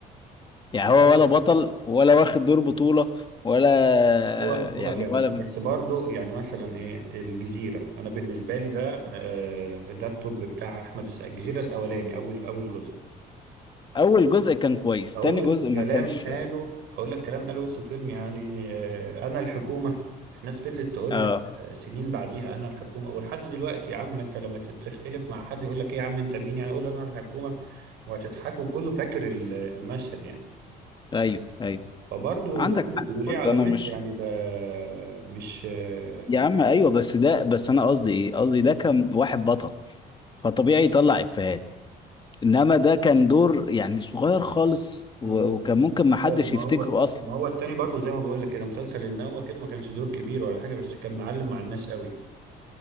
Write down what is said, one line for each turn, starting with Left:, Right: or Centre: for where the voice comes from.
Left: يعني هو
Right: هو
Left: ولا بطل ولا واخد دور بطوله ولا
Right: هو هو
Left: يعني
Right: جامد
Left: ولا
Right: بس برضو يعني مثلا ايه الجزيرة انا بالنسبة لي ده آه، ده التوب بتاع احمد السقا الجزيرة الاولاني اول اول جزء
Left: اول جزء كان كويس
Right: اقول
Left: تاني
Right: لك
Left: جزء ما
Right: كلام
Left: كانش
Right: قاله اقول لك كلام قاله وسط الفيلم يعني آه، انا الحكومة الناس فضلت تقولها
Left: اه
Right: آه، سنين بعديها انا الحكومة ولحد دلوقتي يا عم انت لما تختلف مع حد يقول لك ايه يا عم انت مين يعني قول انا الحكومة وهتضحكوا كله فاكر ال- المشهد يعني
Left: ايوه ايوه
Right: فبرضه
Left: عندك
Right: جامد
Left: حق
Right: وليه
Left: برضه
Right: علامات
Left: انا مش
Right: يعني ب... مش آه،
Left: يا عم ايوه بس ده بس انا قصدي ايه قصدي ده كان واحد بطل فطبيعي يطلع افيهات انما ده كان دور يعني صغير خالص و-
Right: مم.
Left: وكان ممكن ما حدش
Right: أيوة، ما
Left: يفتكره
Right: هو
Left: اصلا
Right: ما هو التاني برضو زي ما بقول لك كده مسلسل النوة كده ما كانش دور كبير ولا حاجة بس كان معلم مع الناس قوي